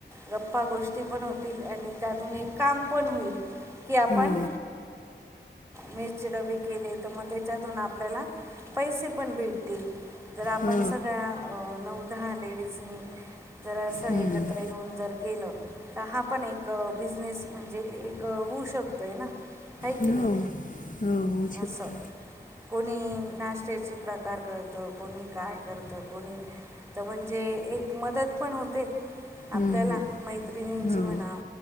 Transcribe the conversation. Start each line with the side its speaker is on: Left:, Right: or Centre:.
Right: गप्पा गोष्टी पण होतील आणि त्यातून एक काम पण होईल की आपण
Left: हो
Right: मेसचे डबे केले, तर मग त्याच्यातून आपल्याला पैसे पण भेटतील, जर आप
Left: हो
Right: पण सगळ्या नऊ दहा लेडीजनी जर असं एकत्र
Left: हम्म
Right: येऊन जर केलं, तर हा पण एक बिझनेस म्हणजे एक होऊ श शकतोय ना आहे की
Left: हो
Right: नाही?
Left: हो होऊ शकतो
Right: अस, कोणी नाश्त्याचे प्रकार करत, कोणी काय करतं कोणी, तर म्हणजे एक मदत पण होते आपल्याला
Left: हम्म
Right: मैत्रिणींची
Left: हम्म हो
Right: म्हणा,